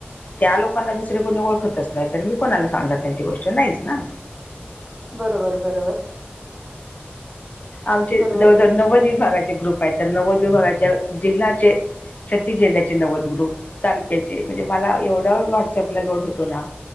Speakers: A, on the left (about 40°); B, on the right (about 20°).
A: त्यां लोकांना दुसरे कुणी ओळखत असत. नाही तर मी कोणाला सांगणार त्यांची गोष्ट. नाहीच ना
B: बरोबर बरोबर.
A: आमचे
B: बरोबर
A: जवळ, जवळ नव्वद विभागाचे ग्रुप आहेत, तर नव्वद विभागाच्या जिल्ह्यात जे छत्तीस जिल्ह्याचे नव्वदग्रुप, तालुक्याचे, म्हणजे मला एवढा वाट्सअपला लोड होतो ना.